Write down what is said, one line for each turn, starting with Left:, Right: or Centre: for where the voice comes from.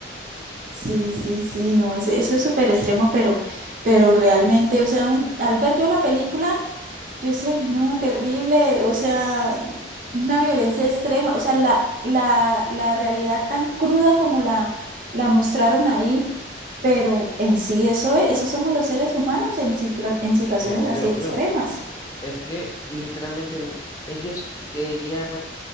Right: sí, sí, sí, no, ese- eso es súper extremo, pero, pero realmente, o sea, un- al ver yo la película, yo decía, ay, no, terrible, o sea, una violencia extrema, o sea, la, la, la realidad tan cruda como la, la mostraron ahí, pero en sí eso es, eso somos los seres humanos en situa- en situaciones
Left: Sí, obvio,
Right: así extremas.
Left: obvio. Es que literalmente en- ellos querían,